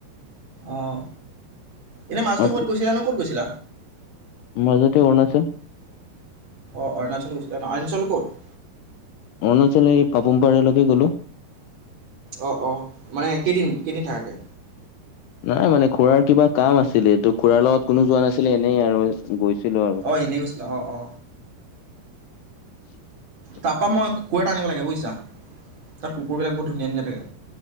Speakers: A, on the right; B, on the left.
A: অঁ। এনে
B: আপ-
A: গৈছিলা ন ক'ত গৈছিলা
B: মাজতে অৰুণাচল
A: অৰুণাচল গৈছিলা ন অৰুণাচলৰ কত
B: অৰুণাচল এই পাপুম পাৰলৈকে গ'লো
A: অঁ অঁ মানে কেইদিন কেইদিন থাকাকৈ
B: নাই মানে খুৰাৰ কিবা কাম আছিলেটো খুৰাৰ লগত কোনো যোৱা নাছিলে এনেই আৰু গৈছিলো আৰু
A: অ এনেই গৈছিলে অ অ
B: <unintelligible>
A: তাপা মই কুকুৰ এটা আনিব লাগে বুজিছা তাত কুকুৰবিলাক বহুত ধুনীয়া ধুনীয়া থাকে